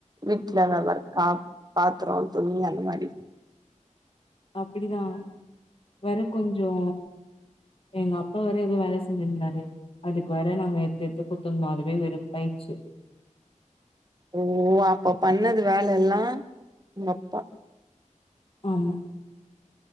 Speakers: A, on the right; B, on the left.
A: வீட்ல வேல இருக்கா பாத்தர துணி அந்த மாரி
B: அப்பிடிதா வேற கொஞ்சோ எங்க அப்பா வேற எதோ வேல செஞ்சிருந்தாரு அதுக்கு வேற நாங்க எட்த்து எட்த்து குட்த்துருந்தோ அதுவே வெருப்பாயிருச்சு
A: ஓ அப்ப பண்ணது வேல எல்லா எங்கப்பா
B: ஆமா